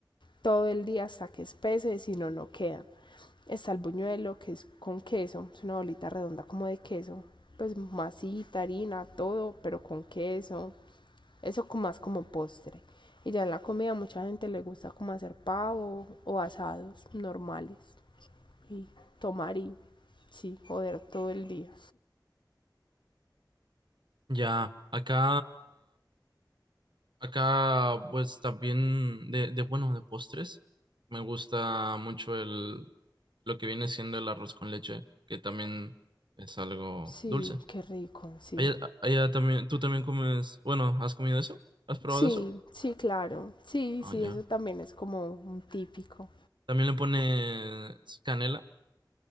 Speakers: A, on the left (about 80°); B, on the right (about 75°).
A: todo el día hasta que espese, si no, no queda. Está el buñuelo que es con queso, es una bolita redonda como de queso, pues masita, harina, todo, pero con queso. Eso como más como postre. Y ya en la comida mucha gente le gusta como hacer pavo o asados normales. Y tomar y sí, joder todo el día.
B: Ya, acá, acá, pues también de, de bueno, de postres. Me gusta mucho el lo que viene siendo el arroz con leche, que también es algo
A: Sí,
B: dulce.
A: qué rico, sí.
B: Allá, allá también, tú también comes, bueno, ¿has comido eso? ¿Has probado
A: Sí,
B: eso?
A: sí, claro. Sí,
B: Ah,
A: sí,
B: ya.
A: eso también es como un típico.
B: También le pones canela.